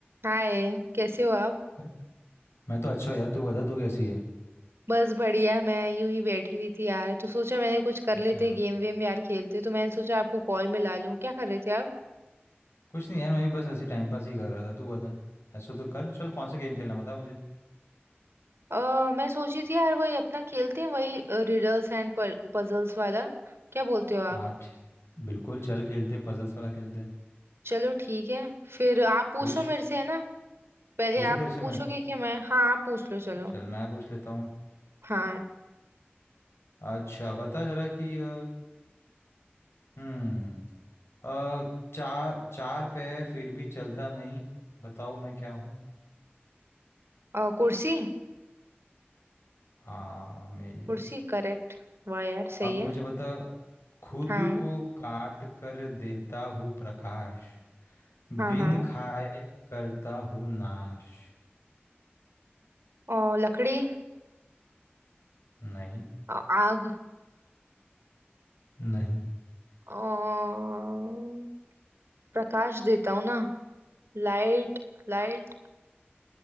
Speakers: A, on the right (about 75°); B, on the left (about 85°).
A: हाय कैसे हो आप
B: है? मैं तो अच्छा हूँ यार तू बता तू कैसी है
A: बस बढ़िया मैं यूं ही बैठी हुई थी यार तो सोचा मैंने कुछ कर
B: अच्छा
A: लेते गेम वेम यार खेलते तो मैंने सोचा आपको कॉल मिला लूं क्या कर रहे थे आप
B: कुछ नहीं यार मैं भी बस ऐसे टाइम पास ही कर रहा था तू बता ऐसा तो कर चल कौन सा गेम खेलना बता मुझे
A: अ, मैं सोची थी यार वही अपना खेलते हैं वही रिडल्स एंड पजल्स वाला क्या बोलते हो आप
B: हाँ ठीक बिल्कुल चल खेलते पजल्स वाला खेलते
A: चलो ठीक है फिर आप पूछो
B: पूछ
A: मेरे से है ना पहले
B: पूछू
A: आप
B: तेरे से
A: पूछोगे
B: मैं
A: कि मैं हाँ आप पूछ लो चलो
B: चल मैं पूछ लेता हूँ
A: हाँ
B: अच्छा बता जरा कि अ, हम्म अ, चार चार पे फिर भी चलता नहीं बताओ मैं क्या हूँ
A: अ, कुर्सी
B: हाँ मेज
A: कुर्सी करेक्ट वाह यार सही
B: अब मुझे
A: है
B: बता खुद
A: हाँ
B: को काट कर देता हूँ प्रकाश
A: हाँ
B: बिन
A: हाँ
B: खाए करता हूँ नाश
A: और लकड़ी
B: नहीं
A: अ, आग
B: नहीं
A: और प्रकाश देता हूँ ना लाइट लाइट